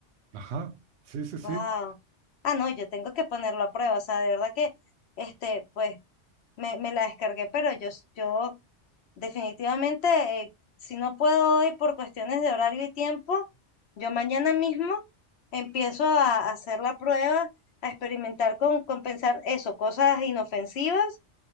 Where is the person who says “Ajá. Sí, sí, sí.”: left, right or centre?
Right